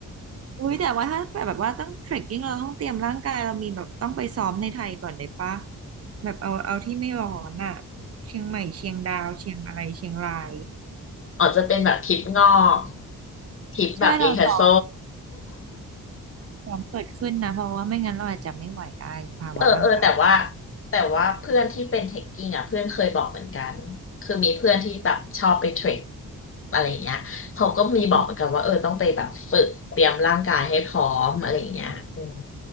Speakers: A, on the right; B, on the left.
A: อุ้ยแต่ว่าถ้าแบบว่าต้องเทรคกิ้งเราต้องเตรียมร่างกายเรามีแบบต้องไปซ้อมในไทยก่อนเลยปะแบบเอาเอาที่ไม่ร้อนอ่ะเชียงใหม่เชียงดาวเชียงอะไรเชียงราย
B: อาจจะเป็นแบบทริปงอกทริปแบบรีเทอร์โซ
A: ใช่เราซ้อมซ้อมเกิดขึ้นนะเพราะว่าไม่งั้นเราอาจจะไม่ไหวได้สภาวะร่างกาย
B: เออเออแต่ว่าแต่ว่าเพื่อนที่เป็นเทคกิ้งอ่ะเพื่อนเคยบอกเหมือนกันคือมีเพื่อนที่แบบชอบไปเทรคอะไรอย่างเงี้ยเขาก็มีบอกเหมือนกันว่าเออต้องไปแบบฝึกเตรียมร่างกายให้พร้อมอะไรอย่างเงี้ยอืม
A: เออ